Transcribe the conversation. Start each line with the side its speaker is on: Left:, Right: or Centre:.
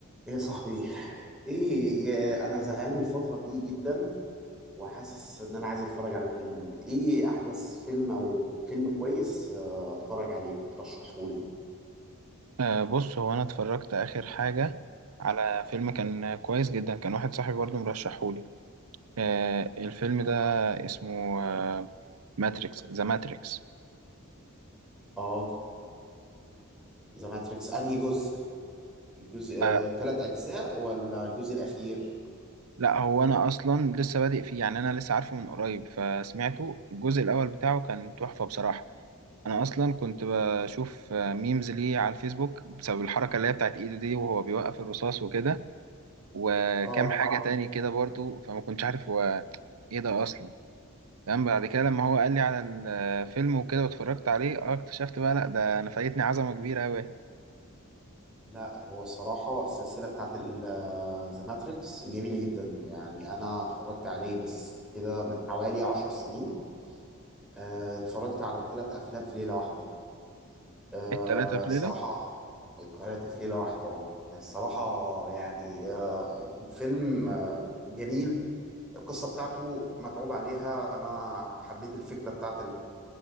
Centre: ايه يا صاحبي ايه يا انا زهقان الفترة دي جدا وحاسس ان انا عايز اتفرج على فيلم ايه احدث فيلم او فيلم كويس آه، اتفرج عليه ترشحه لي
Right: أه بص هو انا اتفرجت اخر حاجه على فيلم كان كويس جدا كان واحد صاحبي برضه مرشحهولي أه الفيلم ده اسمه أه ماتريكس ماتريكس
Centre: اه ذا ماتريكس انهي جزء الجزء
Right: أه
Centre: ثلاث اجزاء ولا الجزء الاخير
Right: لا هو انا اصلا لسه بادئ فيه يعني انا لسه عارفه من قريب فسمعته الجزء الاول بتاعه كان تحفه بصراحه انا اصلا كنت بشوف آه، ميمز ليه على الفيسبوك بسبب الحركه اللي هي بتاعت ايده دي وهو بيوقف الرصاص وكده وكام
Centre: اه
Right: حاجه تاني كده برضه فما كنتش عارف هو ايه ده اصلا تمام بعد كده لما هو قال لي على الفيلم وكده واتفرجت عليه اه اكتشفت بقى لا ده انا فايتني عظمه كبيره قوي
Centre: لا هو الصراحة السلسلة بتاعت ذا ماتريكس جميلة جدا يعني انا اتفرجت عليه بس كده من حوالي عشر سنين آه، اتفرجت على الثلاث افلام في ليلة واحدة أه
Right: التلاته في
Centre: الصراحة
Right: ليله
Centre: التلاتة في ليلة واحدة اه الصراحة يعني أه الفيلم أه جميل القصة بتاعته متعوب عليها أنا حبيت الفكرة بتاعت